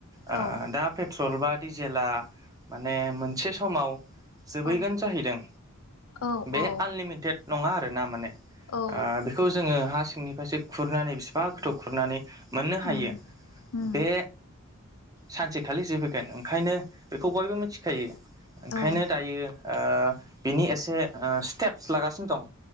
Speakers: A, on the right; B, on the left.
A: ओ
B: औ
A: दा पेट्रल बा डिजेला माने मोनसे समाव जोबहैगोन
B: औ
A: जाहैदों
B: औ
A: बे
B: औ
A: आनलिमिटेड नङा आरोना माने। ओ
B: औ
A: बेखौ जोङो हा सिंनि फारसे खुरनानै बेसिबां गोथौ खुरनानै मोननो हायो
B: उम उम
A: बे सानसे थालि जोब फैगोन ओंखायनो बेखौ बयबो मिथिखायो ओंखायनो
B: औ
A: दायो ओ बिनि एसे ओ स्टेप्स लागासिनो दं